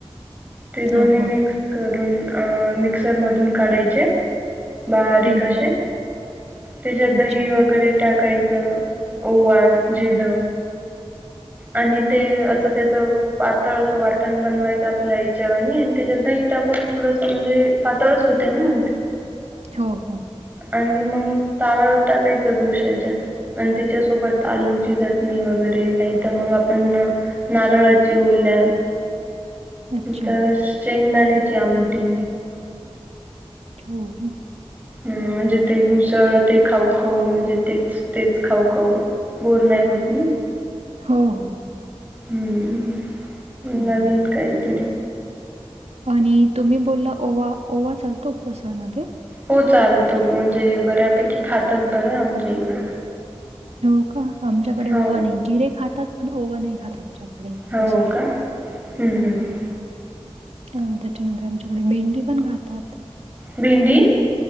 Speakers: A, on the right (about 15°); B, on the right (about 85°).
A: ते दोन्ही
B: हां, हां.
A: मिक्स. करून अ मिक्सर मधून काढायचे, बारीक
B: हं,
A: असे.
B: हं.
A: त्याच्यात दही
B: अच्छा.
A: वगैरे टाकायचं, ओवा, जिरं.
B: हं.
A: आणि ते असं त्याच. पातळ असं वाटण बनवायचं आपल्या हेच्या वाणी, आणि त्याच्यात दही टाकून थोडस म्हणजे. पातळच होते ना मंग ते?
B: हो हो.
A: आणि मग ताव्यावर टाकायचं डोस्याच्या. आणि त्याच्यासोबत, आलूची चटणी वगैरे नाही.. तर मग आपण नारळाची ओल्या,
B: अच्छा.
A: तर.. शेंगदाण्याची आमटी.
B: हो..
A: हम म्हणजे ते घुसळ, ते खाऊ खाऊ म्हणजे तेच तेच खाऊ खाऊ, बोर नाही होत ना?
B: हो हो.
A: हम्म,
B: हं,
A: नवीन
B: हं.
A: काहीतरी.
B: आणि तुम्ही बोलला ओवा, ओवा चालतो उपवासा मध्ये?
A: हो चालतो, म्हणजे बऱ्यापैकी खातात बरं आमच्या इकडे.
B: हो का आमच्याकडे ओवा
A: हो
B: नाही, जिरे खातात पण, ओवा नाही खाता आमच्याकडे. आणि उपवासाला
A: हो का हम्म हम्म
B: हं. अं त्याच्यानंतर आमच्या कडे भेंडी पण खातात.
A: भेंडी?